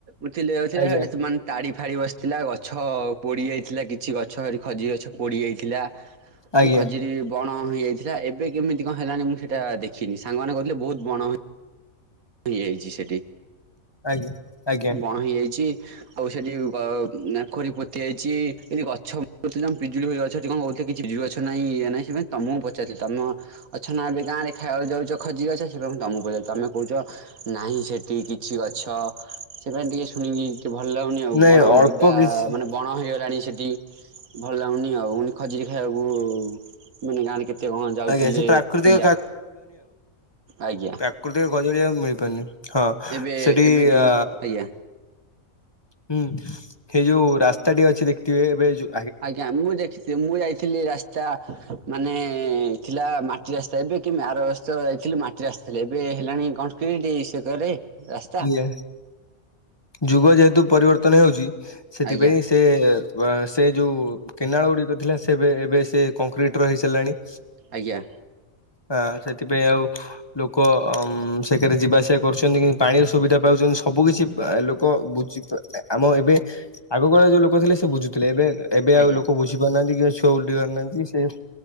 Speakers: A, on the right (about 85°); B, on the left (about 20°).
A: ବୁଝିଲି ସେଠି
B: ଆଜ୍ଞା
A: ମାନେ ତାଡ଼ି ଫାଡ଼ି ବସିଥିଲା ଗଛ ପୋଡ଼ି ଯାଇଥିଲା କିଛି ଗଛ ଖଜୁରି ଗଛ ପୋଡ଼ି ଯାଇଥିଲା।
B: ଆଜ୍ଞା
A: ଁ ଖଜୁରୀ ବଣ ହେଇଯାଇଥିଲା ଏବେ କେମିତି କଣ ହେଲାଣି ମୁଁ ସେଇଟା ଦେଖିନି ସାଙ୍ଗମାନେ କହୁଥିଲେ ବହୁତ ବଣ ହେଇଯାଇଛି ସେଠି
B: ଆଜ୍ଞା ଆଜ୍ଞା
A: ବଣ ହେଇଯାଇଛି। ଆଉ ସେଠି ନେଖୋରି ପୋତି ଇଛି ଯଦି ଗଛ ପିଜୁଳି ଗଛ କଣହୁ କିଛି ବିଜୁଳି ଗଛ ନାଁ ଇଏ ନାଇଁ ସେମାନେ ତମକୁ ପଚାରୁଛିତମ ଅଛ ନା ଏବେ ଗାଁରେ ଖାଇବାବେକୁ ଯାଉଛଖଜୁରୀ ଗଛ ତମକୁ ପଚାରୁଛି ତମେ କହୁଛ ନାହିଁ ସେଠି କିଛି ଗଛ ସେ ପାଇଁ ଟିକେ ଶୁଣି ଟିକେ ଭଲ ଲାଗୁନି ଆଉ
B: ନାଇଁ
A: ବଣ
B: ଅଳ୍ପ
A: ବୁଦା
B: କିଛି
A: ମାନେ ବଣ ହେଇଗଲାଣି ସେଠି ଭଲ ଲାଗୁନି ଆଉଖଜୁରୀ ଖାଇବାକୁ ମାନେ ଗାଁରେ କେତେ କେତେ କଣ ଯାଉଥିଲେ
B: ଆଜ୍ଞା ସେ ପ୍ରାକୃତିକ
A: ପିଲା ଆଜ୍ଞା।
B: ଗୋଟେ ଖଜୁରୀଆଉମିଳିପାରୁନି ହଁ
A: ଏବେ
B: ସେଠି
A: ଏବେ କେବେ
B: ଆ
A: ଆଜ୍ଞା
B: ହୁଁ ସେଇ ଯୋଉ ରାସ୍ତାଟି ଅଛି ଦେଖିଥିବେ ଏବେ ଯେ
A: ଆଜ୍ଞା ମୁଁ ଦେଖିଥିଲି ମୁଁ ଯାଇଥିଲି ରାସ୍ତା ମାନେ ଥିଲା ମାଟି ରାସ୍ତା ଏବେ କି ଆର ବର୍ଷଯାଇଥିଲି ମାଟି ରାସ୍ତା ଥିଲେ ଏବେ ହେଲାଣି କଂକ୍ରିଟ୍ ସେ କରେ ରାସ୍ତା
B: ଇଏ ଯୁଗ ଯେହେତୁ ପରିବର୍ତ୍ତନ ହେଉଛି ସେଥିପାଇଁ।
A: ଆଜ୍ଞା
B: ସେ ସେ ଯୋଉ କେନାଳ ଗୁଡିକ ଥିଲା ସେବେ ଏବେ ସେ କଂକ୍ରିଟ ର ହେଇ ସାରିଲାଣି।
A: ଆଜ୍ଞା।
B: ହଁ ସେଥିପାଇଁ ଆଉ ଲୋକ ସେ କରେ ଯିବା ଆସିବା କରୁଛନ୍ତି କି। ପାଣିର ସୁବିଧା ପାଉଛନ୍ତି ସବୁ କିିଛି ଲୋକ ବୁଝିପା ଆମ ଏବେ ଆଗକାଳ ଯୋଉ ଲୋକ ଥିଲେ ସେ ବୁଝୁଥିଲେ। ଏବେ ଏବେ
A: ଆଜ୍ଞା।
B: ଆଉ ଲୋକ ବୁଝ ପାରୁନାହାନ୍ତି କି ଛୁଆ ଉଡିପାରୁନାନ୍ତି ସେ